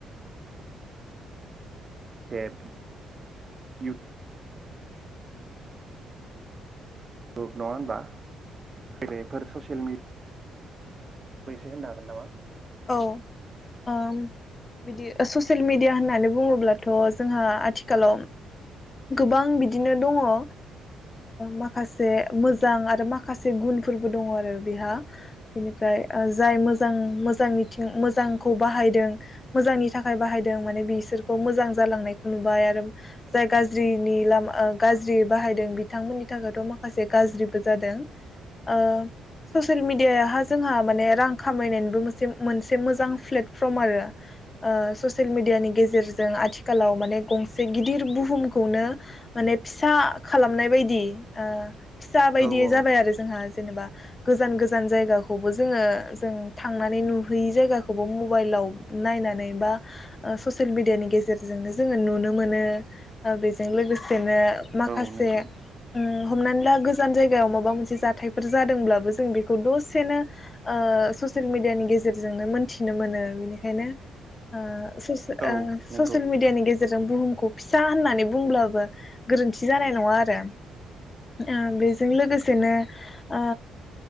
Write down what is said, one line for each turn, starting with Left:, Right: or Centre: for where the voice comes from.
Right: <inaudible> औ नङा होमबा बेफोर ससियेल मिड। फैसे होननो हागोन नामा।
Left: औ ओम बिदि ओ ससेल मिेडिया होननानै बुङोब्लाथ जोंहा आथिखालाव। गोबां बिदिनो दङ ओ माखासे मोजां आरो माखासे गुनफोरबो दङ आरो बेहा बिनिफ्राय जाय मोजां मोजां मिथिं मोजांखौ बाहायदों मोजांनि थाखाय बाहायदों माने बिसोरखौ मोजां जालांनायखौ नुबाय आरो जाय गाज्रि। जौ नि लामा गाज्रि बाहायदों बिथांमोननि थाखायथ माखासे गाज्रिबो जादों ओ ससियेल मिडियाह जोंहा माने रां खामायनायनिबो मोनसे मोनसे मोजां प्लेटफर्म आरो ससिेल मिडियानि गेजेरजों आथिखालाव माने गंसे गिदिर बुहुम। खौनो माने फिसा खालामनाय बायदि ओ। फिसा बायदियै
Right: औ औ
Left: जाबाय आरो जोंहा। जेनेबा गोजान गोजान जायगाखौबो जोङो जों थांनानै नुहैयि जायगाखौबो जोङो मबाइलाव नायनानै बा ससियेल मिेडियानि गेजेरजोंनो जोङो नुनो मोनो। ओ बेजों लोगोसेनो। माखासे
Right: औ नंगौ
Left: ओम हमनानै ला गोस। गोजान जायगायाव माबा मोनसे जाथायफोर जादोंब्लाबो जों बेखौ दसेनो ओ ससेल मिेडियानि गेजेरजोंनो मोनथिनो मोनो बेनिखायनो ओ। ससे
Right: औ
Left: ओ
Right: नंगौ
Left: ससियेल मिडियानि गेजेरजों बुहुमखौ। फिसा होननानै। बे बुंब्लाबो गोरोनथि जानाय नङा आरो ओ बेजों लोगोसेनो ओ